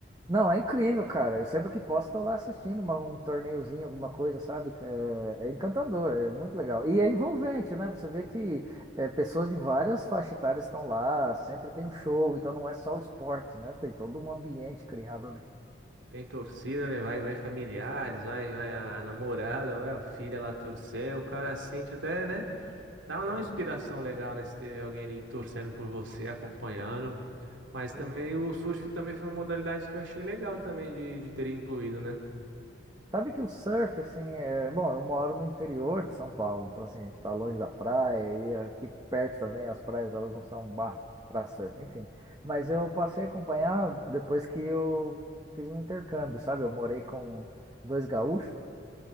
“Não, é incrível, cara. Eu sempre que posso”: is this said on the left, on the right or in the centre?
Right